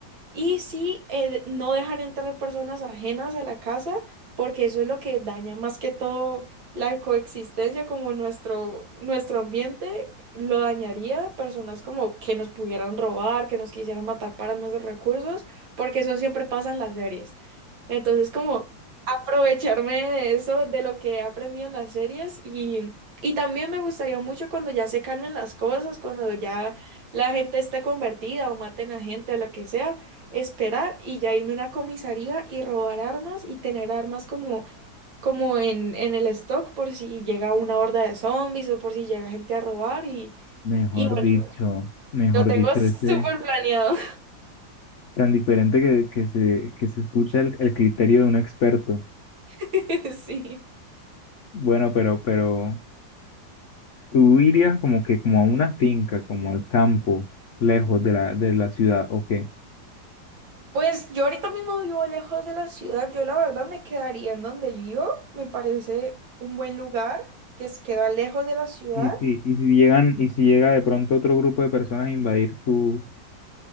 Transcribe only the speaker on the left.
Mejor
dicho, mejor
dicho, ese
tan diferente que, que se, que se escucha el, el criterio de un experto.
Bueno, pero, pero tú irías como que como a una finca, como al campo, lejos de la, de la ciudad, ¿o qué?
Y si, y si llegan, y si llega de pronto otro grupo de personas a invadir tu,